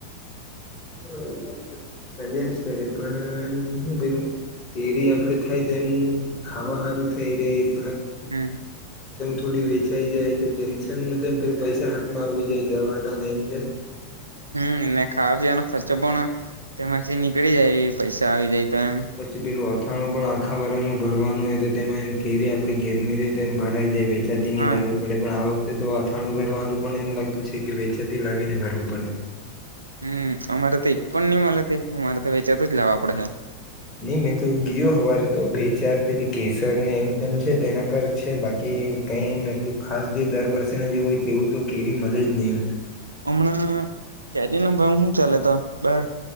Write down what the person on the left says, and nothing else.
હ ચાલ્યા જ કરે પણ હું પેલું એરી આપડે થાય તો એમ ખાવા હારું થઈ રે <unintelligible>
થોડી વેચાઈ જાય તો ટેન્શન પે પૈસા હાથમાં આવી જાય દવાના ને એમ તેમ
પછી પેલું વાત ખણું પણ આખા વરાનું ભરવાનું હોય તો તેમાં એમ ઘેરી આપણી ઘેરની રહે તો એમ ભરાઈ જાય છે નદીની
લાવવી પડે પણ આ વખતે તો થાણું ભરવારું પણ એમ લાગતું છે કે વેચાતી લાવીને ભરવું પડે.
નિમેિત તો ગીયો હવારે તો બે ચાર પેરી કેસર મ તેમ છે તેના પર છે બાકી કઈ એમ એટલ ખાસ જે દર વર્ષે ના જેવ હોય તેવું તો કેરી મળે જ નહી એમ.